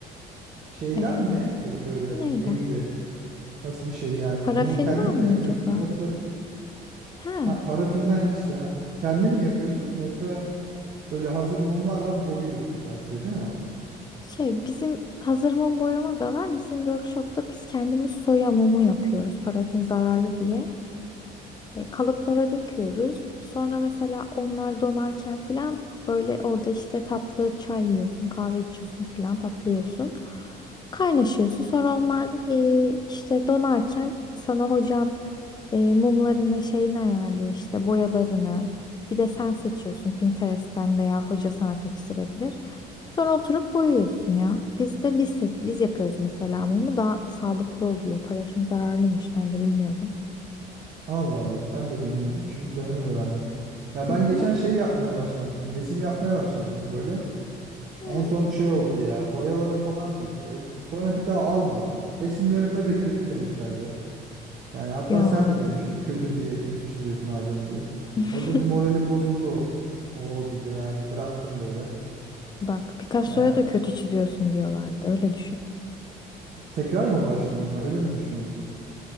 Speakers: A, on the right; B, on the left.
A: Şeyden
B: Ee,
A: mi? Peki böyle
B: neydi?
A: neydi? Nasıl bir şey yani?
B: Parafinden
A: Mumu kendin mi
B: mi
A: yapıyorsun
B: acaba?
A: yoksa
B: Ha,
A: ha, parafinden işte ha, kendin mi yapıyorsun yoksa böyle hazır mumlar var boyuyorsun sadece değil mi?
B: şey bizim hazır mum boyama da var. Bizim workshopta biz kendimiz soya mumu yapıyoruz parafin zararlı diye. E, kalıplara döküyoruz. Sonra mesela onlar donarken filan böyle orada işte tatlı çay yiyorsun, kahve içiyorsun filan tatlı yiyorsun. Kaynaşıyorsun. Sonra onlar e, işte donarken sana hocan e, mumlarını şeyini ayarlıyor işte boyalarını. Bir de sen seçiyorsun Pinterest'ten veya hoca sana seçtirebilir. Sonra oturup boyuyorsun ya. Biz de biz seç- biz yapıyoruz mesela mumu daha sağlıklı oluyor. Parafin zararlıymış ben de bilmiyordum.
A: Allah Allah ben de bilmiyordum şimdi senden öğrendim. Ya
B: Hı
A: ben geçen
B: hı.
A: şey yapmaya başlamıştım resim yapmaya başladım böyle.
B: Hı.
A: En son şey oldu ya boyalarım falan bitti. Sonra bir daha almadım. Resimlerime de kötü demişlerdi. Yani hatta
B: Ya
A: sen de demiştin kötü diye kötü çiziyorsun Adem diye.
B: <laughs>
A: Orada bir moralim bozuldu. Oo bir de yani bıraktım böyle.
B: bak Picasso'ya
A: Yani
B: da kötü çiziyorsun diyorlardı öyle düşün.
A: Tekrar mı başlayayım ya? Öyle mi düşünüyorsun?